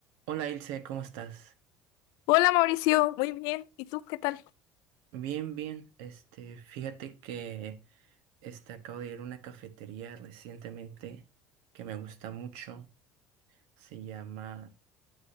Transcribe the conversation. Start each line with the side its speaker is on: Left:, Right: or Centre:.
Right: Hola Ilse, ¿cómo estás?
Left: Hola Mauricio, muy bien. ¿Y tú qué tal?
Right: Bien, bien. Este, fíjate que este, acabo de ir a una cafetería recientemente que me gusta mucho. Se llama,